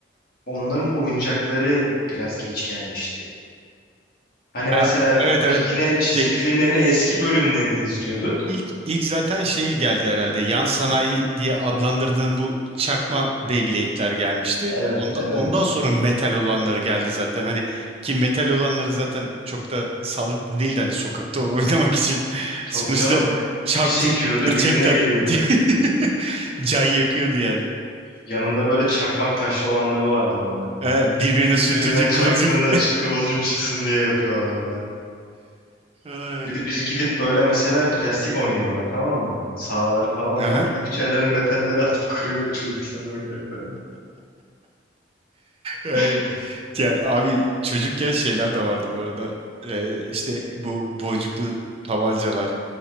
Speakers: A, on the left; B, on the right.
A: onların oyuncakları biraz geç gelmişti. Hani
B: Ha,
A: mesela
B: Evet
A: yine
B: evet.
A: çizgi
B: Şey
A: filmlerin eski bölümlerini izliyorduk.
B: ilk ilk zaten şey geldi herhalde. Yan sanayi diye adlandırdığım bu çakma Beyblade'ler gelmişti.
A: Evet
B: Onda,
A: evet.
B: ondan sonra metal olanları geldi zaten. Hani ki metal olanları zaten çok da sağlıklı değildi hani sokakta <laughs> oynamak için.
A: Tabii
B: Sonuçta
A: canım
B: çarptığında
A: bir sekiyordu
B: gerçekten
A: birine geliyordu.
B: <laughs> can yakıyordu yani.
A: Yanında böyle çakmak taşlı olanları vardı onların.
B: Ee, birbirine sürtünce
A: Birbirine çaktığında
B: kıvılcım.
A: çı- kıvılcım çıksın diye yapıyorlardı.
B: <laughs> Ay.
A: Bir de biz gidip böyle mesela plastik oynuyorlar tamam mı? Sahaları falan
B: Aha.
A: var. Gidip içerilerine metalleri atıp <laughs> kırıyorduk çocukların oyuncaklarını.
B: Ay.
A: <laughs>
B: Ya, abi çocukken şeyler de vardı bu arada. Ee, işte bu boncuklu tabancalar.